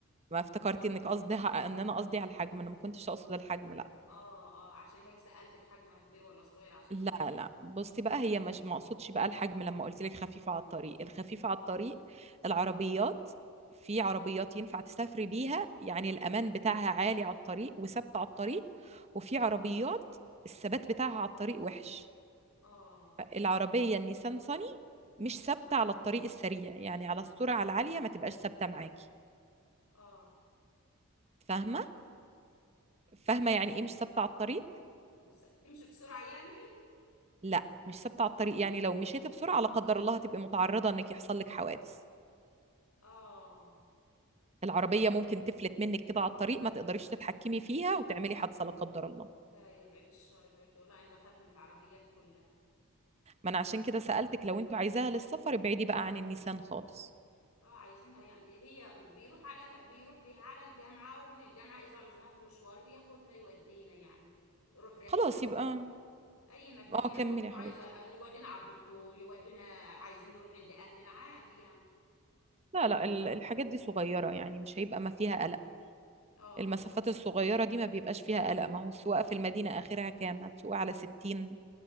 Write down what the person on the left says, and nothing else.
اه اه عشان هيك سألتك حجمها كبير ولا صغير عشان
العين
اه
اه
مس... بتمشي بسرعة يعني
اه
لا يا بعيد الشر يا حبيبتي والله انا بخاف من العربيات كلها
اه عايزينها يعني هي بيروح على بيروح بيها على الجامعة ومن الجامعة اذا عوزناها في مشوار بياخدنا يودينا يعني نروح رحلة
نروح
اي مكان
يعني
اخته
عايزة انه يودينا على الدكتور يودينا عايزين نروح عند اهلنا عادي يعني
اه